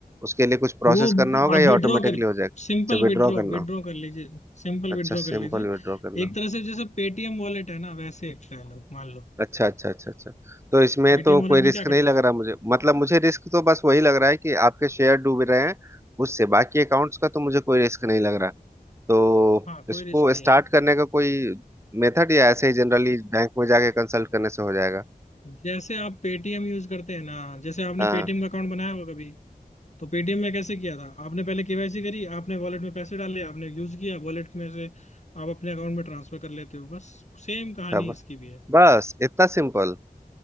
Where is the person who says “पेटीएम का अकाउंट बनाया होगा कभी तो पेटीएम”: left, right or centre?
Left